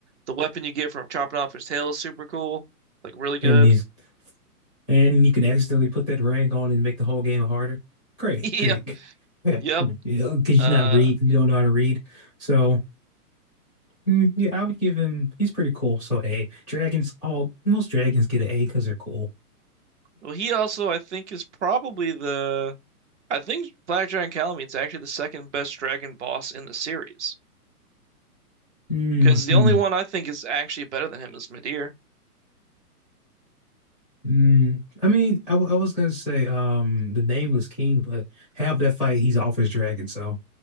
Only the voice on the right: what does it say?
The weapon you get from chopping off his tail is super cool. Like really good.
<laughs>
Yep.
Yep.
Uh
well he also I think is probably the I think Black Dragon Calamine's actually the second best dragon boss in the series.
Because the only one I think is actually better than him is Midir.